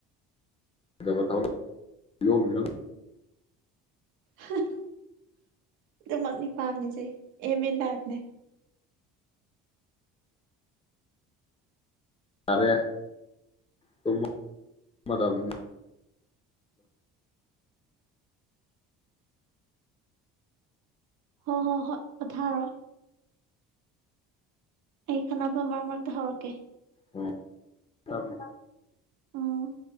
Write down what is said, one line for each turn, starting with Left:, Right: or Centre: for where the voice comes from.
Left: ꯗꯕ ꯊꯥꯕꯛ ꯌꯣ ꯃꯤ ꯅꯪ
Right: ꯍꯍ ꯑꯗꯨꯃꯛꯅꯤ ꯄꯥꯝꯃꯤꯁꯦ ꯑꯦꯝ ꯏꯟ ꯂꯥꯏꯐꯅꯦ
Left: ꯌꯥꯔꯦ ꯊꯨꯝ ꯃꯗꯕꯅꯤ
Right: ꯍꯣ ꯍꯣ ꯍꯣꯏ ꯄꯣꯊꯥꯔꯣ ꯑꯩ ꯈꯠꯅꯕ ꯃꯔꯛ ꯃꯔꯛꯇ ꯍꯧꯔꯛꯀꯦ
Left: <unintelligible> ꯑꯩ ꯈꯠꯅꯕ
Right: ꯑꯝ